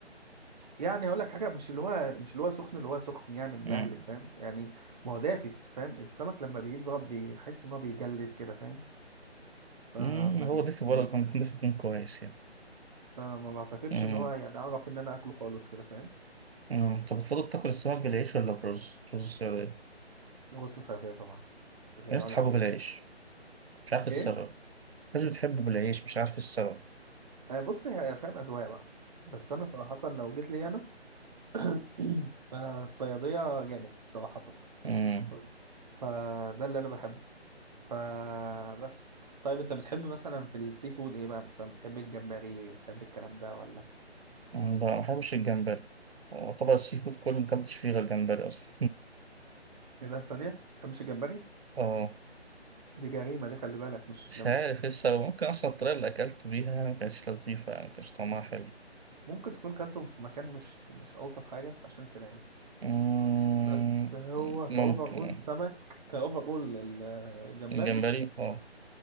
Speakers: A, on the right; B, on the right.
A: يعني هقول لك حاجه مش اللي هو مش اللي هو سخن اللي هو سخن يعني ملهلب
B: أمم.
A: فاهم يعني ما هو دافي بس فاهم السمك لما بيبرد بيحس ان هو بيجلد كده فاهم فما
B: أمم، هو
A: بي...
B: دافي
A: ما
B: ولا
A: بي...
B: كان يكون دافي يكون كويس يعني
A: فما بعتقدش
B: أمم.
A: ان هو يعني اعرف ان انا اكله خالص كده فاهم
B: أمم. طب بتفضل تاكل السمك بالعيش ولا برز؟ رز السعودية
A: بص صياديه طبعا لا
B: الناس
A: يعلى
B: بتحبه
A: عليه
B: بالعيش
A: فاهم
B: مش عارف إيه
A: ايه
B: السبب الناس بتحبه بالعيش مش عارف إيه السبب
A: آه، بص هي- فاهم اذواق بقى بس انا صراحه لو جيت لي انا <clears throat> فالصياديه جامد صراحه
B: أمم.
A: ف... فده اللي انا بحبه فبس طيب انت بتحب مثلا في السي فود ايه بقى مثلا بتحب الجمبري بتحب الكلام ده ولا
B: مم، لا ما بحبش الجمبري يعتبر السي فود كله مكلتش فيه غير جمبري اصلا
A: ايه ده ثانية ما بتحبش الجمبري
B: <laughs> اه
A: دي جريمة دي خلي بالك مش
B: مش
A: ده مش
B: عارف ايه السبب ممكن اصلا الطريقة اللي اكلته بيها يعني ما كانتش لطيفة يعني ما كانش طعمها حلو
A: ممكن تكون كلتهم في مكان مش مش ألطف حاجة فعشان كده يعني
B: مم،
A: بس هو كأوفر
B: ممكن
A: أول
B: آه.
A: سمك كأوفر أول الجمبري
B: الجمبري اه